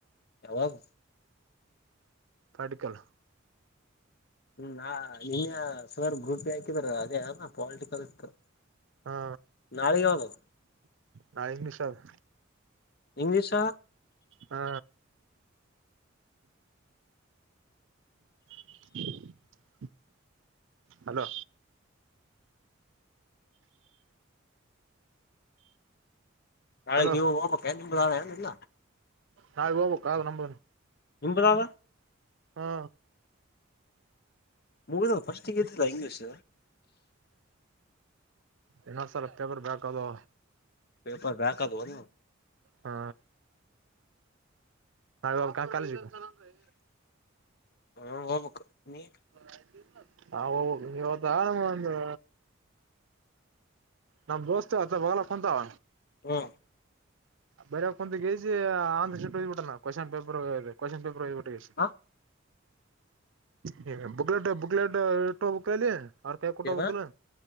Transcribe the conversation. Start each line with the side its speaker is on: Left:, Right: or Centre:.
Left: ಯಾವದ
Right: ಪಾರ್ಟಿಕಲ್
Left: ಹ್ ನಾ ನಿನ್ನೆ ಸರ್ ಗ್ರೂಪಿಗೆ ಹಾಕಿದ್ರ ಅದೆನು ಪಾಟಿರ್ಕಲ್ ಇತ್ತು
Right: ಹಾ
Left: ನಾಳೆ ಯಾವ್ದದು
Right: ನಾಳಿಗಿ ಇಂಗ್ಲಿಷ ಆದಾ
Left: ಇಂಗ್ಲಿೀಷಾ
Right: ಹಾ <inaudible> ಹಲೋ
Left: ನಾಳೆ
Right: ಹಲೋ
Left: ನೀವು ಹೋಗ್ಬೇಕ ಬ ನಿಲ್ಲ
Right: ನಾಲ್ಗೆ ಹೋಗ್ಬೇಕು ನಂಬ
Left: ನಿಂಬುದಾವ
Right: ಹಾ
Left: ಮುಗ ಫಸ್ಟ್ಿಗೆತಲ್ಲಾ ಇಂಗ್ಲೀಷ್
Right: ಏನಾದ್ ಸಲ ಪೇಪರ್ ಬ್ಯಾಕ್ ಅದು
Left: ಪೇಪರ್ ಬ್ಯಾಕದುನ
Right: ಹಾ ನ ಕಾ ಕಾಲ ಜ ಅಂದ್ರೆ
Left: ಹ್ಮ್ ಹೋಗ್ಬೇಕು ನೀ
Right: ರಾಯತ ಹಾ ಇವದ ನಮ್ಮ ಒಂದು ನಮ್ ಬೋಸ್ತೇವಥ ಬಲ ಕುಂತಾವ
Left: ಹಾ
Right: ಬರಂದ ಕ ಕೆಜಿ ಆಂ್ರ ಹಯ್ಬ ಬಿಟ್ಟಾನ ಕ್ವಶ್ನ್ ಪೇಪರ್ ಕ್ವಶ್ನ್ ಪೇಪರ್ೋೋಗ್ಬಿಟ್ಟ
Left: ಹ
Right: <inaudible> ಹ ಬುಕ್ಲೆಟ್ ಬುಕ್ಲೆಟ್ ಇಟ್ಟ ಹಬಲ್ಲಿ ಅವ್ರ ಕಾಯ ಕೊೂಟ
Left: ಏನ
Right: ಹೋಗೋಗಲ್ಲ